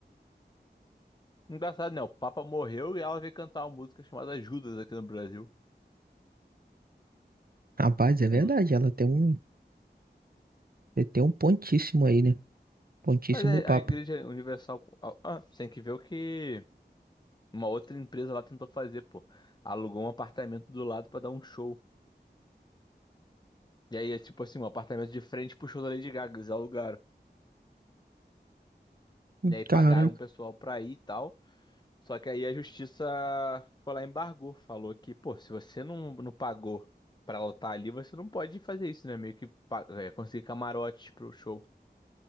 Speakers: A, on the left (about 25°); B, on the right (about 55°).
A: Engraçado, né? O Papa morreu e ela veio cantar uma música chamada Judas aqui no Brasil.
B: Rapaz, é verdade,
A: Uhum.
B: ela tem um, Ele tem um pontíssimo aí, né? Pontíssimo
A: Mas a,
B: papo.
A: a Igreja Universal. Ah, ah, você tem que ver o que uma outra empresa lá tentou fazer, pô. Alugou um apartamento do lado pra dar um show. E aí é tipo assim, um apartamento de frente pro show da Lady Gaga, eles alugaram.
B: Hum,
A: E aí pagaram
B: Caraca.
A: um pessoal pra ir e tal. Só que aí a justiça foi lá e embargou. Falou que, pô, se você não, não pagou pra ela estar ali, você não pode fazer isso, né? Meio que pa- é, conseguir camarote pro show.